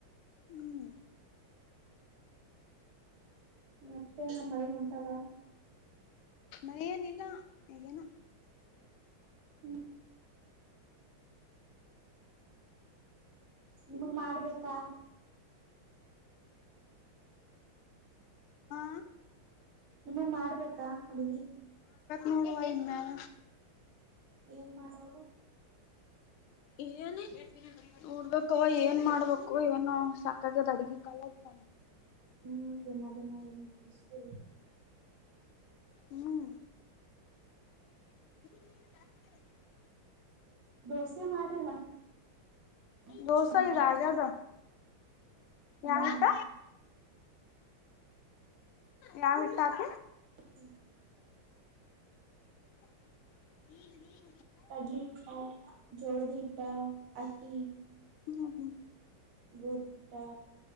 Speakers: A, on the left; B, on the right.
A: ಹ್ಮ್
B: ಮತ್ತೆ ನ ಮಳಗ ಉಂಟದ
A: ಅ ನೀಲ್ಲಾನ
B: ಹ್ಮ್ ನಿಮಗ್ ಮಾಡ್ಬೇಕಾ
A: ಹಾ
B: ನಿಮಗ್ ಮಾಡ್ಬೇಕಾ ಅಗೆ
A: ನೋವ ಇನ್ನಾರ
B: ಏನ್ ಮಾಡೋರು
A: ಏನ ಹ ಅಕ್ಕವ ಏನ್ ಮಾಡ್ಬೇಕು ಏನು ಸಾಕಾಗದ್ ಅಡ್ಗ ಕಾಲ ಇತ
B: ಹ್ಮ್ ದಿನ ದಿನ ಏನ್ ಮಾಡಬೇಕು
A: ಹ್ಮ್ ಬರ್ತ <unintelligible>
B: ದೋಸೆ ಮಾಡ್ರಿಲ್ಲ <unintelligible>
A: ದೋಸಾ ಇದ
B: ಹ
A: ಆಗ್ಯದ
B: ಹ್ಮ
A: ಯಾವ ಹಿಟ್ಟ ಯಾವ ವಿತಾಕ
B: ಹ್ಮ
A: ಹ್ಮ ಹ್ಮ
B: ಕಡ್ಲಿ ಇಟ್ಟ ಜೋಳದಿ ಇಟ್ಟ ಅಕ್ಕಿ
A: ಹ್ಮ ಹ್ಮ
B: ಗೋಟ